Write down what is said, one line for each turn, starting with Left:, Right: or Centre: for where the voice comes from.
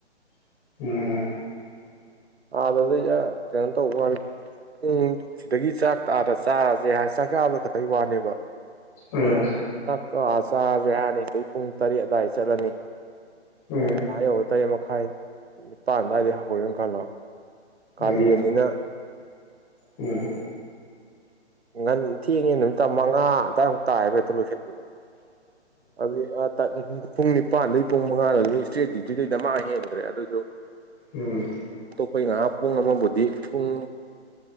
Left: ꯑꯒꯦ
Right: ꯑꯗꯗꯤ ꯇꯦꯟ ꯇ ꯎ ꯄꯨꯡ ꯁꯤꯗꯒꯤ ꯆꯥꯛ ꯇꯥꯗ ꯆꯥꯔꯁꯦ ꯍꯥꯏ ꯆꯥꯛ ꯆꯥꯕꯗ ꯈꯛꯇꯪ ꯋꯥꯅꯦꯕ
Left: ꯎꯝ
Right: ꯍ ꯆꯥꯔꯁꯦ ꯍꯥꯏꯔꯅꯤꯁꯤꯗ ꯄꯨꯡ ꯇꯔꯦꯠ ꯑꯗꯨꯋꯥꯏꯗ ꯆꯠꯂꯅꯤ
Left: ꯎꯝ ꯎꯝ
Right: ꯊꯥ ꯌꯧ ꯇꯔꯦꯠ ꯃꯈꯥꯏ ꯅꯤꯄꯥꯟ ꯑꯗꯨꯋꯥꯏꯗꯩ ꯍꯧꯔꯦꯅ ꯈꯜꯂꯣ ꯀꯥꯂꯤ
Left: ꯎꯝ
Right: ꯑꯅꯤꯅ
Left: ꯎꯝ
Right: ꯉ ꯊꯦꯡꯉꯦ ꯅꯨꯃꯤꯠ ꯇ ꯃꯉꯥ ꯑꯗꯨꯋꯥꯏꯃꯨꯛ ꯇꯥ ꯍꯥꯏꯐꯦꯛꯇ ꯂꯣꯏꯁꯤꯟꯕꯗꯣ ꯑꯗꯨꯗꯤ ꯄꯨꯡ ꯅꯤꯄꯥꯟꯗꯩ ꯄꯨꯡ ꯃꯉꯥꯗꯤ ꯏꯁꯇ꯭ꯔꯦꯠ ꯗ꯭ꯌꯨꯇꯤꯗꯩꯗ ꯃꯥ ꯍꯦꯟꯈ꯭ꯔꯦ ꯑꯗꯨꯁꯨ
Left: ꯎꯝ
Right: ꯑꯩꯈꯣꯏ ꯉꯥꯏꯍꯥꯛ ꯄꯨꯡ ꯑꯃꯕꯨꯗꯤ ꯄꯨꯡ